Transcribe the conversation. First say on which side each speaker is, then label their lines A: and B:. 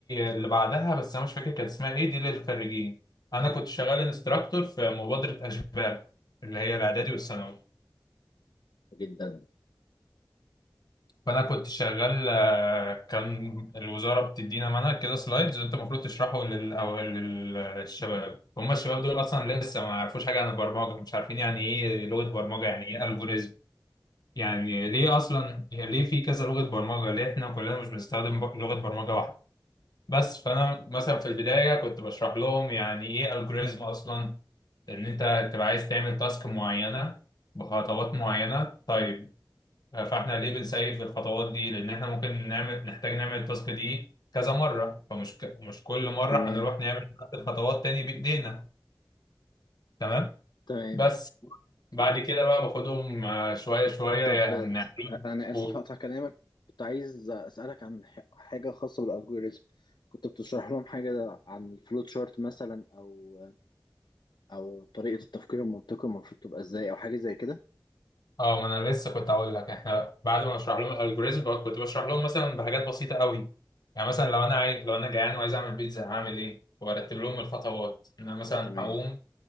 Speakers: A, on the left (about 60°); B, on the left (about 75°).
A: اللي بعدها بس انا مش فاكر كانت اسمها ايه دي للخريجين انا كنت شغال انستراكتور في مبادره اشبال اللي هي الاعدادي والثانوي
B: جدا
A: فانا كنت شغال آه، كان الوزاره بتدينا منهج كده سلايدز وانت المفروض تشرحه لل... أو للشباب هم الشباب دول اصلا لسه ما يعرفوش حاجه عن البرمجه مش عارفين يعني ايه لغه برمجه يعني ايه الجوريزم يعني ليه اصلا يعني ليه في كذا لغه برمجه ليه احنا كلنا مش بنستخدم ب- لغه برمجه واحده بس فانا مثلا في البدايه كنت بشرح لهم يعني ايه الجوريزم اصلا ان انت تبقى عايز تعمل تاسك معينه بخطوات معينه طيب آه، فاحنا ليه بنسيف الخطوات دي لان احنا ممكن نعمل نحتاج نعمل التاسك دي كذا مره فمش ك... مش كل مره
B: تمام
A: هنروح نعمل نفس الخطوات تاني بايدينا تمام
B: تمام
A: بس بعد كده بقى باخدهم آه، شويه شويه
B: طب
A: يعني نعمل
B: انا اسف
A: و-
B: هقطع كلامك كنت عايز اسالك عن ح- حاجة خاصة بالالجوريزم كنت بتشرح لهم حاجة عن الفلوت شارت مثلا او او طريقة التفكير المنطقي المفروض تبقى ازاي او حاجة زي كده
A: اه ما انا لسه كنت اقول لك احنا بعد ما بشرح لهم الالجوريزم كنت بشرح لهم مثلا بحاجات بسيطه قوي يعني مثلا لو انا عاي... لو انا جعان وعايز اعمل بيتزا هعمل ايه وارتب لهم الخطوات ان انا مثلا
B: تمام
A: هقوم